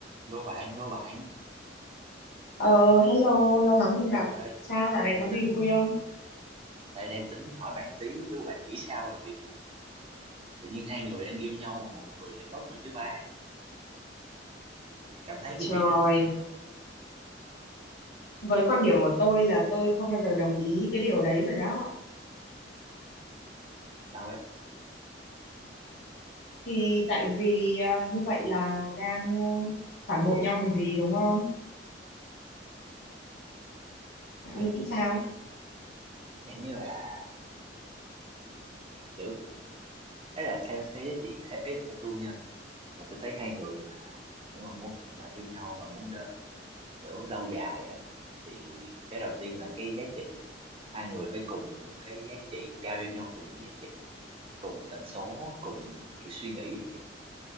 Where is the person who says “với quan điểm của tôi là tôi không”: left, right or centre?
Left